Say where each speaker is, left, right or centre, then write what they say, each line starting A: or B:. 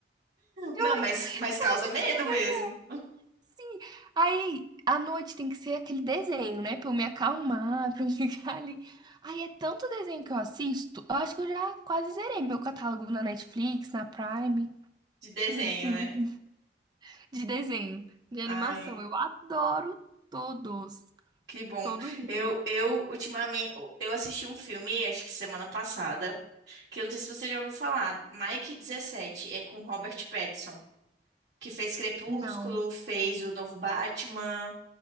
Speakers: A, on the right; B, on the right.
A: <laughs> Juro,
B: Não, mas, mas causa
A: isso
B: medo mesmo.
A: Sim. Aí, à noite tem que ser aquele desenho, né? Pra eu me acalmar, pra eu <laughs> ficar ali. Aí é tanto desenho que eu assisto, eu acho que eu já quase zerei meu catálogo na Netflix, na Prime,
B: De desenho,
A: de filme,
B: né?
A: assim, de desenho, de animação.
B: Ai,
A: Eu adoro todos.
B: que bom.
A: Todos mesmo.
B: Eu, eu, ultimamente, eu assisti um filme, acho que semana passada, que eu não sei se você já ouviu falar, Mike dezessete é com Robert Pattinson. que fez Crepúsculo,
A: Não,
B: fez o novo Batman,